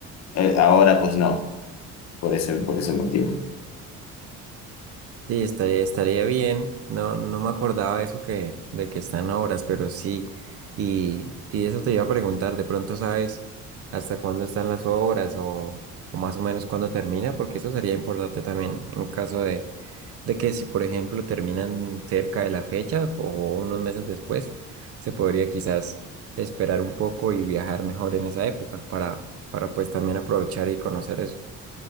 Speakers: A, on the left; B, on the right.
A: eh, ahora pues no por ese, por ese motivo.
B: Sí, estaría, estaría bien. No, no me acordaba eso que, de que están obras, pero sí. Y, y eso te iba a preguntar, de pronto sabes hasta cuándo están las obras o, o más o menos cuándo termina, porque eso sería importante también en caso de, de que si, por ejemplo, terminan cerca de la fecha o unos meses después, se podría quizás esperar un poco y viajar mejor en esa época para, para pues también aprovechar y conocer eso.